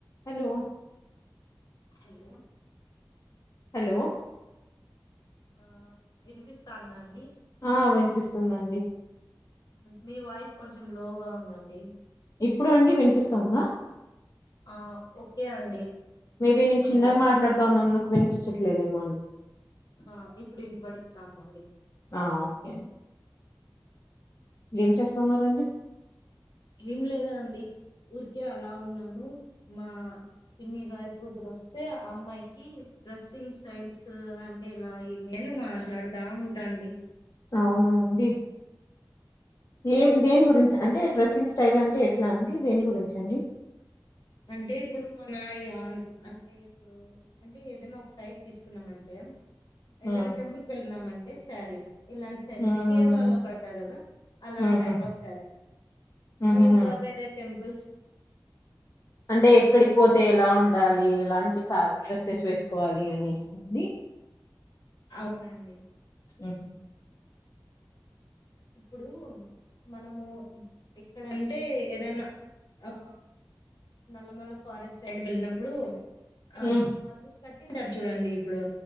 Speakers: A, on the left (about 45°); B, on the left (about 65°).
A: Hello
B: hello
A: hello
B: ఆ వినిపిస్తాందా అండి?
A: ఆ వినిపిస్తుందండీ.
B: మీ వాయిస్ కొంచెం లోగా ఉందండి.
A: ఇప్పుడూ అండి వినిపిస్తోందా?
B: ఆ ఓకే అండి
A: మేబీ నేను
B: కొద్దిగా
A: చిన్నగా మాట్లాడుతా ఉన్నందుకు వినిపించట్లేదేమో అండి.
B: ఆ ఇప్పుడు వినపడిస్తాందండీ.
A: ఆ ఓకే ఏం చేస్తున్నారండి?
B: ఏమి లేదండి ఊరికే అలా ఉన్నాను. మా పిన్ని గారు కూతురు వస్తే ఆ అమ్మాయికి డ్రెస్సింగ్ స్టైల్స్ అంటే ఇలా ఇ నేను మాట్లాడుతా ఉంటాండి.
A: అవునా అండి ఏం దేని గురించి అంటే డ్రెస్సింగ్ స్టైల్ అంటే ఎట్లా అండి దేని గురించి అండి?
B: అంటే ఇప్పుడు మన ఈ అంటే ఇప్పుడు అంటే ఏదైనా ఒక సైడ్ తీసుకున్నామంటే ఏదైనా
A: ఉమ్
B: టెంపుల్ కి వెళ్ళినామంటే శారీ ఇలాంటి శారీ
A: ఉమ్
B: కేరళలో కడతారు కదా, అలాంటి
A: ఉహు
B: టైప్ ఆఫ్ శారీ.
A: ఉహుహు
B: ఇంకా వేరే టెంపుల్స్
A: అంటే ఎక్కడికి పోతే ఎలా ఉండాలి. ఎలాంటి డ్రెస్సెస్ వేసుకోవాలి అనేసండి.
B: అవునండి
A: ఉ
B: ఇప్పుడు మనము ఇక్కడంటే ఏదన్నా ఆ నల్లమల ఫారెస్ట్ సైడ్ వెళ్ళినప్పుడు ఆ
A: ఉమ్
B: వాళ్ళు కట్టింటారు చూడండి ఇప్పుడు